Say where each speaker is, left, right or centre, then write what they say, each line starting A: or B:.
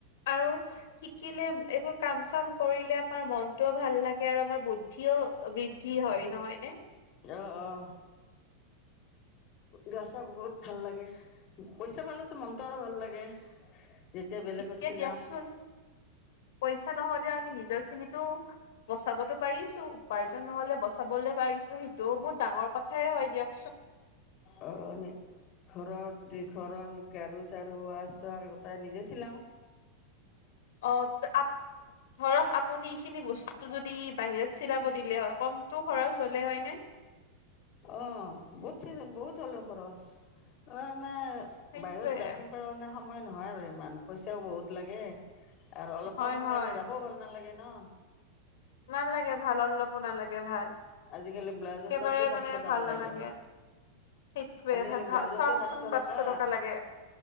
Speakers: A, on the left; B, on the left.
A: আৰু, শিকিলে এইবোৰ কাম চাম কৰিলে আমাৰ মনতটোও ভাল লাগে আৰু আমাৰ বুদ্ধিও বৃদ্ধি হয় নহয় নে?
B: অহ অহ
A: <unintelligible>
B: গাছা বহুত ভাল লাগে পইচা পালো মনটো আৰু ভাল লাগে যেতিয়া বেলেগত
A: এতিয়া
B: চিলাম
A: দিয়কচোন পইচা নহলেও আমি নিজৰ খিনিতো বচাবতো পাৰিছো, উপাৰ্জন নহলে বচাবলৈ পাৰিছো সেইটোও বহুত ডাঙৰ কথাই হয় দিয়ক
B: অ ঘৰৰ দিঘৰত ৰ গাৰু চাৰু আছে গোটাই নিজে চিলাও
A: অ ধৰক আপুনি এইখিনি বস্তুটো যদি দি বাহিৰত চিলাব দিলে হয় কমটো খৰচ হ'লে হয় নে?
B: অ বত বহুত হলে খৰচ অ মানে
A: সেইটোয়ে
B: বাহিৰত যাই থাকিব কাৰণে সময় নহয় আৰু ইমান পইচাও বহুত লাগে। আৰু অলপ
A: হয়
B: কামৰ
A: হয়
B: কাৰণে যাবও ভাল নালাগে ন।
A: নালাগে ভাল অলপো নালাগে ভাল।
B: আজিকালি ব্লাউজৰ
A: একেবাৰে
B: ততে পাঁচশ
A: মানে
B: টকা
A: ভাল
B: লাগে।
A: নালাগে সেইটোৱে
B: আজিকালি
A: ভা- ভা-
B: ব্লাউজতে
A: চাওকচোন
B: পাঁচশ টকা।
A: লাগে